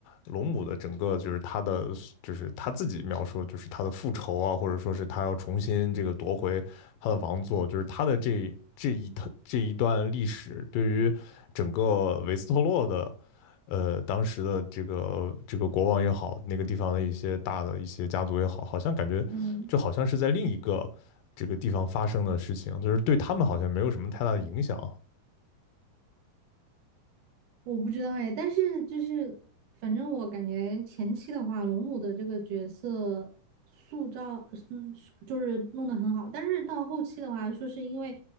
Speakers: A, on the left; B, on the right.
A: 龙母的整个就是她的，就是她自己描述，就是她的复仇啊，或者说是她要重新这个夺回她的王座，就是她的这这一趟这一段历史，对于整个维斯特洛的，呃，当时的这个这个国王也好，那个地方的一些大的一些家族也好，好像感觉就好像是在另一个这个地方发生的事情，
B: 嗯。
A: 就是对他们好像没有什么太大的影响。
B: 我不知道哎，但是就是反正我感觉前期的话，龙母的这个角色塑造，嗯，就是弄得很好，但是到后期的话，说是因为